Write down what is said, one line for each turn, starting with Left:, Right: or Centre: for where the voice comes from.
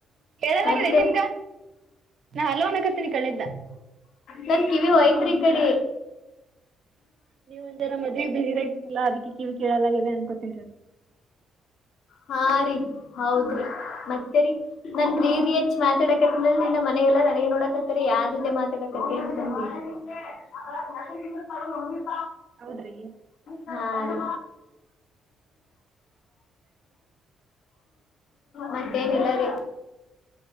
Right: ಹೇಳಲಾಗಿದೆ
Left: ಮತ್ತೆ
Right: ನಿಮ್ಗ ನಾ ಹಲ್ವನ್ ಹಕತೀನಿ ಕಳಿದ್ದ.
Left: ನನ್ ಕಿವಿ ಹೋಯ್ತ್ರಿ ಈ ಕಡಿ.
Right: ನೀವ ಒಂದ್ ಜರ ಮದ್ೆ ಬೇರಗರಲ್ಲ ಅದಕ್ಕೆ ಕಿವಿ ಕೇಳಲಾಗಿದೆ ಅನ್ಕೊತಿ
Left: ಹಾ ರರಿ ಹೌದ್ರಿ. ಮತ್ತೆ ರಿ ನನ್ ರೀ ರರಿ ಹೆಚ್ ಮಾತಾಡಕತ್ನಲ್ರಿ ನ ಮನೆಗೆಲ್ಲ ನನಗೆ ನೋಡಕತ್ತರಿ ಯಾರ್ ಜೊತೆ ಮಾತಾಡಕ್ <unintelligible>
Right: ಹ <inaudible>
Left: <inaudible>
Right: ಹೌದ್ರಿ.
Left: ಹಾ ರೀ. ಮತ್ತೇನಿಲ್ಲ ರೀ.